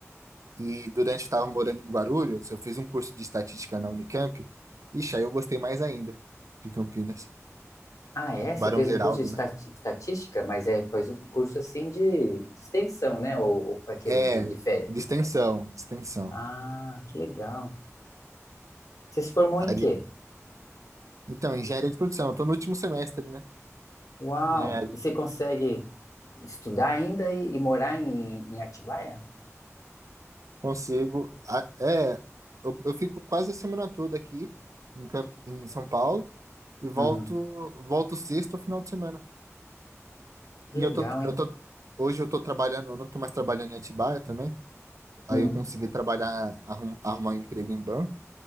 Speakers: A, on the right; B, on the left.
A: E durante que estava morando em Guarulhos, eu fiz um curso de estatística na Unicamp. Ixi, aí eu gostei mais ainda de Campinas.
B: Ah, é?
A: Barão
B: Você fez
A: Geraldo,
B: um curso de estati-
A: né?
B: estatística, mas é, faz um curso assim de, de extensão, né? Ou, ou aquele
A: É,
B: de, de férias.
A: de extensão, de extensão.
B: Ah, que legal. Você se formou em
A: Aí,
B: quê?
A: então, engenharia de produção, eu tô no último semestre, né?
B: Uau!
A: Engenharia.
B: E você consegue estudar ainda e, e morar em, em Atibaia?
A: Consigo. a- É, eu, eu fico quase a semana toda aqui em, Camp- em São Paulo e volto,
B: Uhum.
A: volto sexta ou final de semana.
B: Que
A: E
B: legal,
A: eu tô,
B: hein?
A: eu tô, hoje eu tô trabalhando, eu não tô mais trabalhando em Atibaia também. Aí
B: Hum.
A: eu consegui trabalhar, arrum, arrumar um emprego em banco.